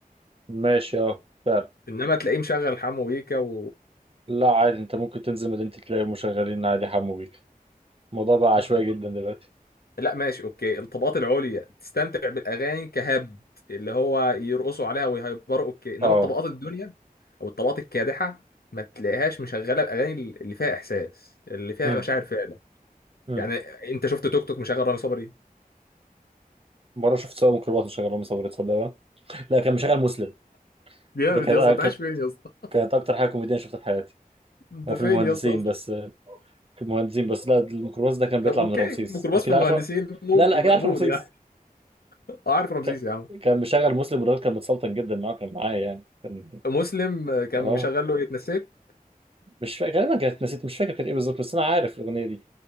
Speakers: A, on the right; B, on the left.
A: ماشي اه فعلا
B: إنما تلاقيه مشغل حمو بيكا و
A: لا عادي انت ممكن تنزل مدينتي تلاقي مشغلين عادي حمو بيك الموضوع بقى عشوائي
B: <laughs>
A: جدا دلوقتي
B: لا ماشي أوكي الطبقات العليا تستمتع بالأغاني كهبد اللي هو يرقصوا عليها ويهيبروا أوكي إنما
A: اه
B: الطبقات الدنيا أو الطبقات الكادحة ما تلاقيهاش مشغلة الأغاني اللي فيها إحساس اللي فيها
A: امم
B: مشاعر فعلا
A: امم
B: يعني انت شفت توك توك مشغل رامي صبري
A: مرة شفت سواق ميكروباص مشغل رامي صبري تصدق بقى لا كان مشغل مسلم
B: جامد
A: ده كانت
B: يا اسطى انت عايش
A: كانت
B: فين يا اسطى
A: كانت اكتر حاجة كوميدية شفتها في حياتي
B: انت
A: انا
B: فين
A: في المهندسين
B: يا اسطى اصلا
A: بس آه، في المهندسين بس لا الميكروباص ده كان
B: طب
A: بيطلع
B: اوكي
A: من رمسيس
B: ميكروباص
A: اكيد
B: في المهندسين
A: عارف ر-
B: ممكن
A: لا لا اكيد
B: مقبول
A: عارف رمسيس
B: يعني اه عارف رمسيس
A: ك...
B: يا عم
A: كان مشغل مسلم والراجل كان متسلطن جدا معاه كان معايا يعني كان
B: مسلم آه، كان
A: اه
B: مشغل له ايه اتنسيت
A: مش فاكر غالبا كانت نسيت مش فاكر كانت ايه بالظبط بس انا عارف الاغنية دي